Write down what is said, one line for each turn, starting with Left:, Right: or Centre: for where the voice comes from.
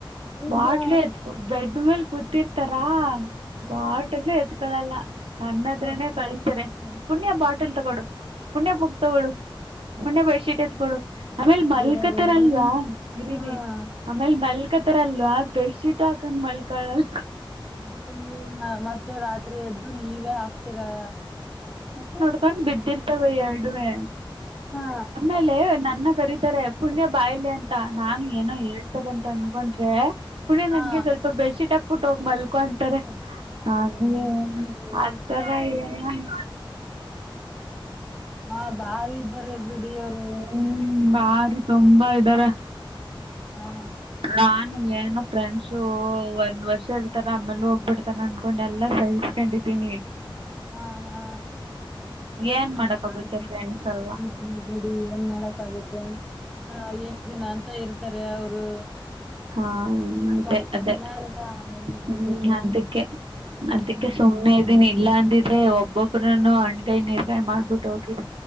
Centre: ಹೌದಾ
Right: ಬಾಟ್ಲು ಎತ್ <inaudible> ಬೆಡ್ ಮೇಲೆ ಕೂತಿರ್ತಾರಾ? <inaudible>
Centre: ಹಾ
Right: ಬಾಟಲ್ಲೂ ಎತ್ಕೊಳ್ಳಳಲ್ಲ ನನ್ನ ಹತ್ರನೇ
Centre: ಮತ್ತೆ
Right: ಕಳಿಸಾರೆ.
Centre: ನೀವೇ
Right: <inaudible> ಪುಣ್ಯ ಬಾಟಲ್
Centre: ನೋಡಿ
Right: ತೊಗೊಡು ಪುಣ್ಯ ಬುಕ್ ತೊಗೊಡು ಪುಣ್ಯ ಬೆಡ್ಶೀಟ್ <inaudible> ಎತ್ತ
Centre: ಎಷ್ಟಿದ್ದಾರೆ
Right: ಕೊಡು ಆಮೇಲೆ
Centre: ನೋಡಿ
Right: ಮಲ್ಕತರ
Centre: ಅವರು
Right: ಅಲ್ವಾ? <inaudible> ಗ್ರಿರಿ
Centre: ಹಾ
Right: ಆಮೇಲ್ ಮಲ್ಕತರ ಅಲ್ವಾ ಬೆಡ್ಶೀಟ್ ಹಾಕೊಂಡ್ ಮಲ್ಕಳಲ್ <inaudible>
Centre: ಮತ್ತೆ ನೀವು ಮತ್ತೆ ರಾತ್ರಿ ಎದ್ದು ನೀವೇ ಹಾಕ್ತೀರಾ ಮತ್ತೆ? <inaudible>
Right: <unintelligible> ಬಿಟ್ಟಿರ್ತಾವೆ ಎರಡುವೇ.
Centre: ಹಾ
Right: ಆಮೇಲೆ ನನ್ನ ಕರೀತಾರೆ ಪುಣ್ಯ ಬಾ ಇಲ್ಲಿ ಅಂತ ನಾನು ಏನೋ ಹೇಳ್ತರೆ ಅಂತ ಅನ್ಕೊಂಡ್ರೆ. ಪುಣಿ
Centre: ಹಾ
Right: ನನ್ಗೆ ಸ್ವಲ್ಪ ಬೆಡ್ ಶೀಟ್ ಹಾಕ್ಬಿಟ್ಟ ಹೋಗಿ ಮಲ್ಕೊ ಅಂತಾರೆ
Centre: ಅಬ್ಬಾ
Right: ನನಗೆ.
Centre: ಎಂತವ್ರೆ ಇವ್ರು
Right: ಆತರ ಏನು.
Centre: ಹಾ ಭಾರಿ ಇದ್ದಾರೆ ಬಿಡಿ ಅವ್ರು.
Right: ಹ್ಮ್ ಬಾರಿ ತುಂಬಾ ಇದಾರೆ.
Centre: ಹಾ
Right: ನಾನು ಏನೋ ಫ್ರೆಂಡ್ಸು ಒಂದ್ ವರ್ಷ ಇರ್ತಾರೆ ಆಮೇಲ್ ಹೋಗ್ಬಿಡ್ತಾರ ಅನ್ಕೊಂಡು ಎಲ್ಲ ಸಹಿಸ್ಕೊಂಡು. ಇದೀನಿ.
Centre: ಹಾ ಹಾ
Right: ಏನ್ ಮಾಡಕ್ಗುತ್ತೆ
Centre: ಬರೀ ಬಿಡಿ
Right: ಫ್ರೆಂಡ್ಸ್ ಅಲ್ವಾ
Centre: ಇರ್ಲಿ ಬಿಡಿ ಏನ್ ಮಾಡಕ್ಕ ಆಗುತ್ತೆ ಹಾಗೆ. ದಿನ ಅಂತ ಇರ್ತಾರೆ ಅವರು.
Right: ಹಾ ಅದೇ
Centre: ಸ್ವಲ್ಪ
Right: ಅದೇ
Centre: ದಿನ ಅಲ್ವಾ ಆಮೇಲ್ ಮುಗಿತೈತೆ
Right: ಹ್ಮ್ ಅದಿಕ್ಕೆ. ಅದಕ್ಕೆ
Centre: ಹ್ಮ್
Right: ಸುಮ್ನೆ ಇದೀನಿ ಇಲ್ಲ ಅಂದಿದ್ರೆ ಒಬ್ಬೊಬ್ರನು ಅಣಕಾಯಿ ನೀರ್ಕಾಯಿ ಮಾಡ್ಬಿಟ್ಟ ಹೋಗಿದ.